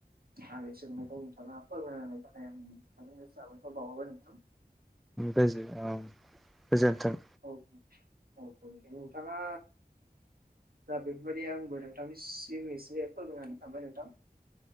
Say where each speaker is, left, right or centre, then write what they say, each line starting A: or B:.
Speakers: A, on the right; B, in the centre.
A: आंनि सोंनायखौ नोंथाङा फोरमायना होनायनि थाखाय आं नोंथांनो साबायखर बाउहरबाय नोंथां।
B: गोजो औ गोजोन्थों।
A: औ औ बेनिखायनो नोंथाङा दा बेफोरबायदि आंबो नोंथांनिसिम एसे फोरमायना होनो सानबाय नोंथां।